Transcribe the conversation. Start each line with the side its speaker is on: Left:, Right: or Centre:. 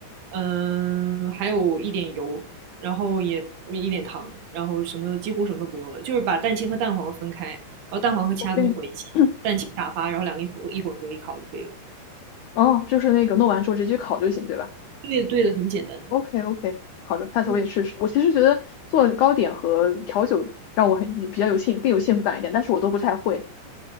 Right: 嗯，还有一点油，然后也一点糖，然后什么几乎什么都不用了，就是把蛋清和蛋黄分开，然后蛋黄和其他东西混一起，
Left: ，OK，<clears throat>
Right: 蛋清打发，然后两个一混一混合一烤就可以了。
Left: 哦，就是那个弄完之后直接去烤就行，对吧
Right: 对的对的，很简单的。
Left: ？OK OK，好的，下次我也试试。
Right: 嗯
Left: 我其实觉得做糕点和调酒让我很比较有幸更有幸福感一点，但是我都不太会。